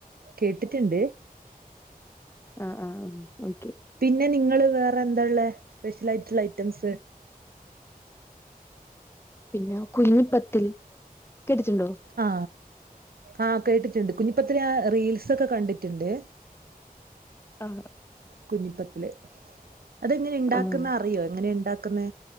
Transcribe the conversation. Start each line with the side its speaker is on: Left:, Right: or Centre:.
Right: കേട്ടിട്ട്ണ്ട്
Left: ആ ആഹ് ആ ഓക്കെ
Right: പിന്നെ നിങ്ങള് വേറെ എന്താ ള്ളെ സ്പെഷ്യൽ ആയിട്ട്ള്ള ഐറ്റംസ്
Left: പിന്നെ കുഞ്ഞിപ്പത്തിൽ കേട്ടിട്ടുണ്ടോ
Right: ആ ആ കേട്ടിട്ട്ണ്ട് കുഞ്ഞിപ്പത്തിൽ ഞാ റീൽ സൊക്കെ കണ്ടിട്ട്ണ്ട്
Left: അ
Right: കുഞ്ഞിപ്പത്തില് അതെങ്ങനെ ഇണ്ടാക്ക്ന്നറിയോ
Left: ആഹ്
Right: എങ്ങനെ ഇണ്ട ക്ക്ന്നെ